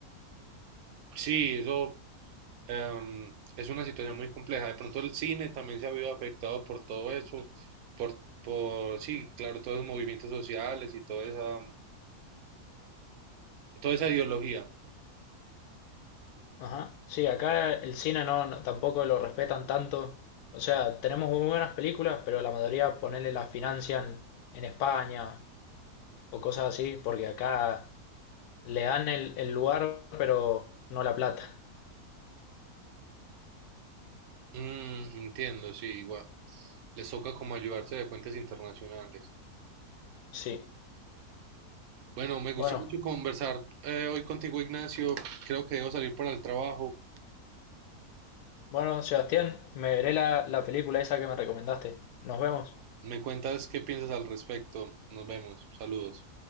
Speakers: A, on the right; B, on the left.
A: Sí, eso Em, es una situación muy compleja. De pronto el cine también se ha visto afectado por todo eso, por, por sí, claro, todos los movimientos sociales y toda esa, toda esa ideología.
B: Ajá. Sí, acá el cine no, no- tampoco lo respetan tanto. O sea, tenemos muy buenas películas, pero la mayoría ponerle las financian en España o cosas así, porque acá le dan el, el lugar, pero no la plata.
A: Mm, entiendo, sí, igual. Les toca como ayudarse de fuentes internacionales.
B: Sí.
A: Bueno, me gustó
B: Bueno,
A: mucho conversar eh, hoy contigo, Ignacio. Creo que debo salir para el trabajo.
B: bueno, Sebastián, me veré la, la película esa que me recomendaste. Nos vemos.
A: Me cuentas qué piensas al respecto. Nos vemos. Saludos.